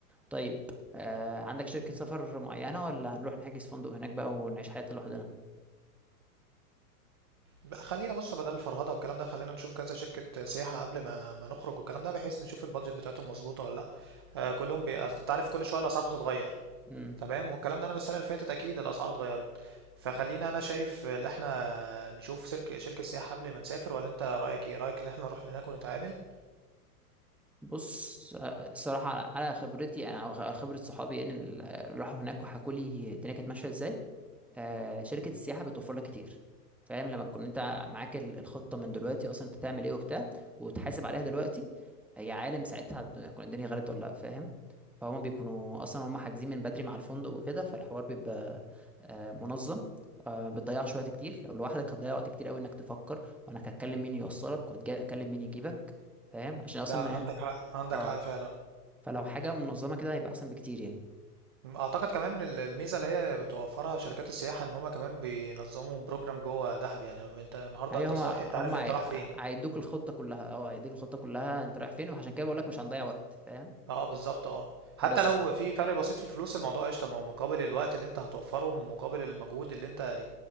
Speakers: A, in the centre; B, on the right (about 20°).
A: طيب آه عندك شركة
B: مم.
A: سفر معينة ولا هنروح نحجز فندق هناك بقى ونعيش حياتنا لوحدنا؟
B: بقى خلينا بص بدل الفرهده والكلام ده خلينا نشوف كذا شركه سياحه قبل ما ما نخرج والكلام ده بحيث نشوف البادجت بتاعتهم مظبوطه ولا لا آه كلهم بي... أصل انت عارف كل شويه الاسعار بتتغير
A: مم.
B: تمام والكلام ده انا من السنه اللي فاتت اكيد الاسعار اتغيرت فخلينا انا شايف ان احنا نشوف شركه شركه سياحه قبل ما نسافر ولا انت رايك ايه رايك ان احنا نروح هناك ونتعامل
A: بص آه، الصراحة على على خبرتي أنا أو خ- خبرة صحابي يعني اللي راحوا هناك وحكوا لي الدنيا كانت ماشية إزاي آه، شركة السياحة بتوفر لك كتير فاهم لما تكون انت
B: مم.
A: معاك ال- الخطة من دلوقتي اصلا انت تعمل ايه وبتاع وتحاسب عليها دلوقتي يا عالم ساعتها هتكون الدنيا غلط ولا لا فاهم فهم بيكونوا اصلا هم حاجزين من بدري مع الفندق وكده فالحوار بيبقى آه، منظم آه، ما بتضيعش وقت كتير لو لوحدك هتضيع وقت كتير قوي انك تفكر وانا هتكلم مين يوصلك وهتكلم مين يجيبك فاهم عشان
B: ده
A: اصلا
B: عندك حق عندك
A: اه
B: حق فعلا
A: فلو حاجة منظمة كده هيبقى احسن بكتير يعني
B: مم. اعتقد كمان ال- الميزه اللي هي بتوفرها شركات السياحه ان هما كمان بينظموا بروجرام جوه دهب يعني انت النهارده
A: ايوه
B: انت
A: هما
B: صاحي انت
A: هما
B: عارف انت
A: هي-
B: رايح فين
A: هيدوك الخطه كلها اه هيديك الخطه كلها انت رايح فين وعشان كده بقول لك مش هنضيع وقت فاهم
B: اه بالظبط اه حتى
A: بس
B: لو في فرق بسيط في الفلوس الموضوع قشطه ما هو مقابل الوقت اللي انت هتوفره ومقابل المجهود اللي انت